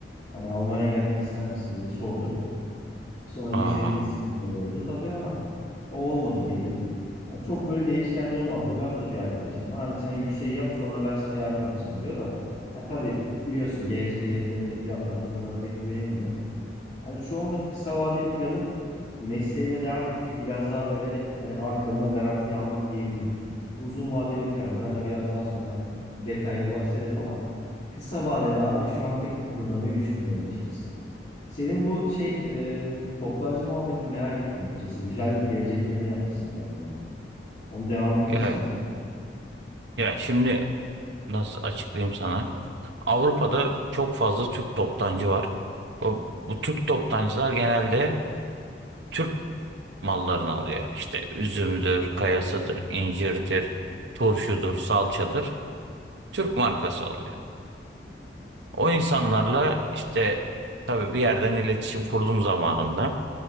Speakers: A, on the left; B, on the right.
A: Hani Almanya'ya gelmek ister misin diye sordu. Sonra
B: Aa,
A: vizemizde sıkıntılar oldu tabii ama o olmadı diyelim. Hani çok böyle değişken durum var. Hollanda'da bir arkadaşım var. Hani sen yükseği yap sonra ben sana yardım edeceğim diyor da. Ha, tabii biliyorsun gelecek hedeflerinde planlarda bunlara pek güvenilmiyor. Hani şu anlık kısa vadeli planım mesleğime devam etmek biraz daha böyle hani arkamı garantiye almak diyebilirim. Uzun vadeli planları hani biraz daha sonra detaylı bahsederim ama kısa vadede abi şu an pek kıpırdamayı düşünmüyorum açıkçası. Senin bu şey e, toptancı muhabbetini merak ettim açıkçası. Güzel bir gelecek planı yapmışsın kendine. Onu devam ettirsene.
B: ya Ya şimdi nasıl açıklayayım sana? Avrupa'da çok fazla Türk toptancı var. Bu, bu Türk toptancılar genelde Türk mallarını alıyor. İşte üzümdür, kayasıdır, incirdir, turşudur, salçadır. Türk markası alıyor. O insanlarla işte tabii bir yerden iletişim kurduğum zamanında